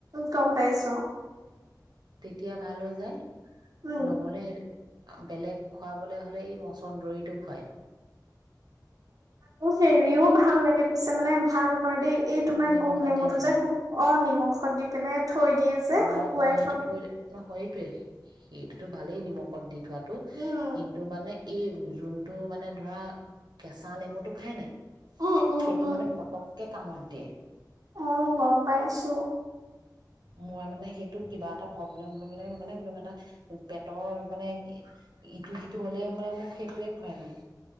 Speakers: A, on the right; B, on the right.
A: গম পাইছ
B: তেতিয়া ভাল হৈ যায়
A: উম
B: নহ'লে বেলেগ খুৱাবলৈ হ'লে এই মচন্দৰিটো খুৱায়
A: মোৰ সেৰিও ভাল লাগে পিছে মানে ভাল হয় দেই এই তোমাৰ
B: নিমখত
A: গোল নেমুটো
B: দিয়া নেমু
A: যে খুব অ নিমখত দি পেলাই থৈ দিয়ে যে
B: অ
A: শুকুৱাই
B: অ সেইটো থৈ দে ন সৈত সেইটোতো ভালেই নিমখত দি থোৱাটো
A: উম
B: কিন্তু মানে এই যোনটো মানে ধৰা কেঁচা নেমুটো খায় নে
A: উম উম
B: সেইটো
A: উম
B: মানে পতককে কামত দিয়ে
A: অ গম পাইছো
B: মই মানে সেইটো কিবা এটা প্ৰব্লেম হলে মানে কিবা এটা পেটৰ মানে ইটো সিটো হ'লে মানে মোক সেইটোৱে খুৱাই মানে